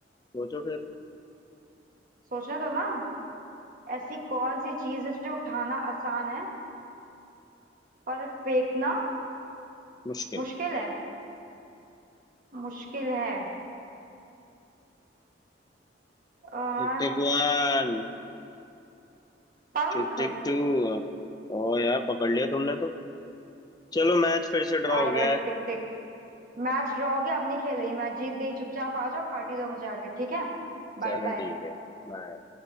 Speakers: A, on the left; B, on the right.
A: सोचो फिर
B: सोचने दो ना ऐसी कौन सी चीज है जो उठाना आसान है पर फेंकना
A: मुश्किल
B: मुश्किल है मुश्किल है और
A: Tick tick one
B: पंख
A: Tick tick two ओ यार पकड़ लिया तुमने तो चलो मैच फिर से ड्रॉ
B: आए
A: हो गया
B: बड़े
A: है
B: टिक टिक मैच ड्रॉ हो गया अब नहीं खेल रही मैं जीत गई चुपचाप आ जाओ पार्टी दो मुझे आके ठीक है Bye
A: चलो
B: bye
A: ठीक है बाय